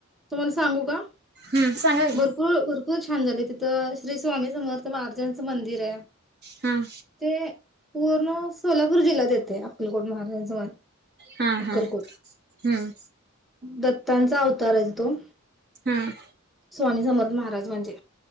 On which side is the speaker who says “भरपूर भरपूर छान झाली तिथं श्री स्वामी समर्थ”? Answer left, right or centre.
Centre